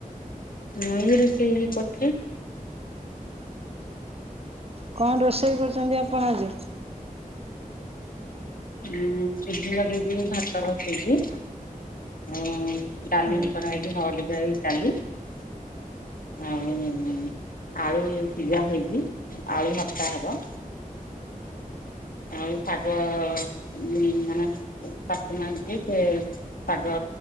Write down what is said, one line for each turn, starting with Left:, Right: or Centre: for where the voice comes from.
Left: ମୁଇ ରୋଷେଇ କରୁଥିଲି।
Right: କଣ ରୋଷେଇ କରୁଛନ୍ତି ଆପଣ ଆଜି?
Left: ଉଁ ଚୁଲି ଲଗେଇବି ଭାତ ବସେଇବି ଆ ଡାଲି
Right: ହୁଁ
Left: କରା ହେଇଚି ହଳଦି ଯାଇ ଡାଲି ଆଉ। ଆଳୁ ସିଜା ହେଇଚି ଆଳୁ ଭର୍ତ୍ତା ହବ। ଆଉ ଶାଗ ଉଁ ମାନେ <unintelligible> ସେ ଶାଗ